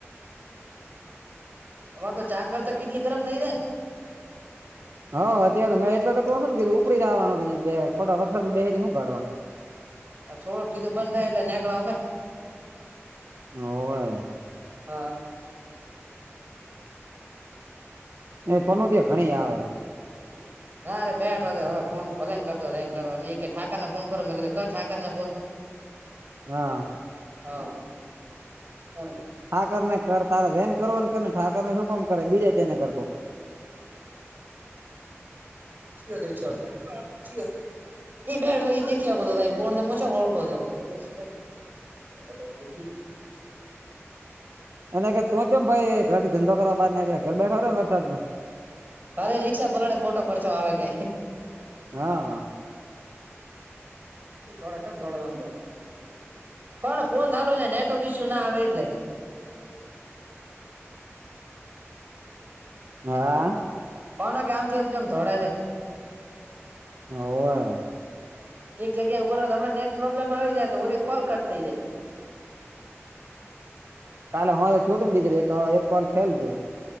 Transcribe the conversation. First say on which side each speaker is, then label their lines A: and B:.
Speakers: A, on the right; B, on the right.
A: અમાર તો ચા કરતા કેટલી ગરમ થઇ જાય ને.
B: હવ અત્યારે તો મેં એટલે તો કોણ શ ને કીધું ઉપડી જ આવવાનુંં ખોટ વરસાદ બેહેરી શું કાઢવાનું.
A: આ થોડુંક કીધું બંધ થાય એટલે નીકળ અમે.
B: હોવે.
A: હા.
B: એ પનો ત્યા ઘણી આવે આવે.
A: <inaudible> નારે બેઠો હવે ફોન ભલે કરતો કરવા એ કે ઠાકરને ફોન કરો મેં કીધું કર ઠાર ને ફોન.
B: હા.
A: હા, કોણ?
B: ઠાકર ને કર તારે રેન કરવા કર ને ઠારને શું કોમ કરે બીજે ચે ને કર.
A: યો ત ચ <unintelligible> ઈ બેઠો એ દેખ્યા બધો ત કોણ મોચા ઓળખો હતો શ. <unintelligible>
B: એને તું છેમ ભાઈ ઘર ધંધો કરવા બાર આળે ઘર બેઠો ને વરદો.
A: તારે રિક્ષા પલાડે ખોટો ખર્ચો આવે કે.
B: હા.
A: થોડા છેમ થોડા જમ, કોણ ફોન નાાલો નેટવર્ક ઈસ્યુ ના આવે એટલે.
B: હા.
A: કો ના કે આમથીમજમ થોડા.
B: હોવે
A: એક જગ્યા બરો હમનેટ પ્રોબ્લેમ આવી જાય તોરે કોલ કટ થઈ જાય.
B: કાલે હ તો છું તો નેડીજર એક કોલ ફેલ જેયો.